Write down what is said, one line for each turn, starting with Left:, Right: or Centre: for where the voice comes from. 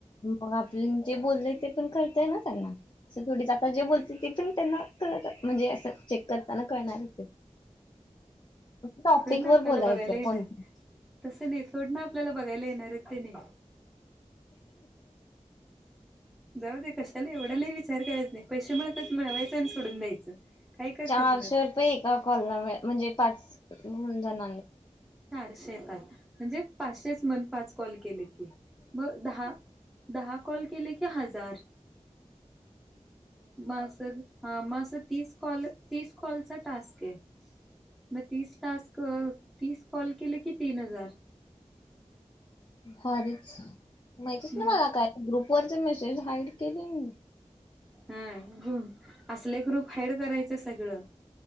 Left: म आपण जे बोलय ते पण कळतंय ना त्यांना. असं थोडीच आता जे बोलते ती पण त्यांना कळत म्हणजे असं चेक करताना कळणारच हाय. टॉपिक
Centre: थोडी ना
Left: वर
Centre: आपल्याला
Left: बोलायचंय
Centre: बघायला येणार
Left: कोण
Centre: तसं नाही थोड ना आपल्याला बघायला येणार आहेत तेनी. जाऊ दे कशाला एवढ लय विचार करायच नाही पैसे मला मिळवायचं आणि सोडून द्यायचं. काय काय
Left: चारशे
Centre: करणार
Left: रुपये एका कॉलला मि म्हणजे पाच होन जण.
Centre: पाचशे येतात, म्हणजे पाचशे म्हण पाच कॉल केले की, म दहा दहा कॉल केले कि हजार, म अस. हा म असं तीस कॉल तीस कॉलचा टास्क आहे. मग तीस टास्क, तीस कॉल केलं की तीन हजार.
Left: भारीच, माहितीच ना
Centre: मग
Left: मला काय ग्रुपवररचे मेसेज हाईड केलय मी.
Centre: हा, असले ग्रुप हाईड करायचं सगळं.